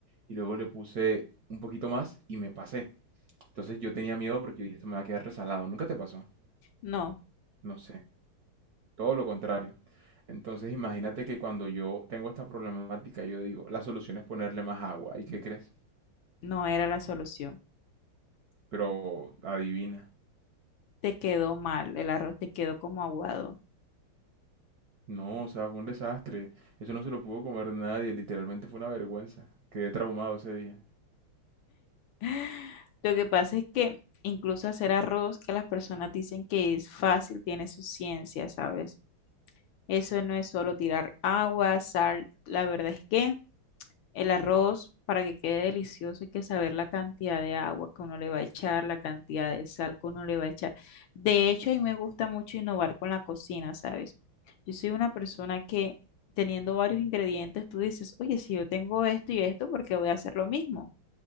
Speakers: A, on the right; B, on the left.
A: y luego le puse un poquito más y me pasé. Entonces yo tenía miedo porque yo dije, esto me va a quedar resalado. ¿Nunca te pasó?
B: No,
A: No sé, todo lo contrario. Entonces imagínate que cuando yo tengo esta problemática, yo digo, la solución es ponerle más agua. ¿Y qué crees?
B: no era la solución.
A: Pero adivina.
B: Te quedó mal, el arroz te quedó como aguado.
A: No, o sea, fue un desastre. Eso no se lo pudo comer nadie, literalmente fue una vergüenza. Quedé traumado ese día.
B: <laughs> Lo que pasa es que incluso hacer arroz, que las personas dicen que es fácil, tiene su ciencia, ¿sabes? Eso no es solo tirar agua, sal, la verdad es que El arroz, para que quede delicioso, hay que saber la cantidad de agua que uno le va a echar, la cantidad de sal que uno le va a echar. De hecho, a mí me gusta mucho innovar con la cocina, ¿sabes? Yo soy una persona que teniendo varios ingredientes, tú dices, oye, si yo tengo esto y esto, ¿por qué voy a hacer lo mismo?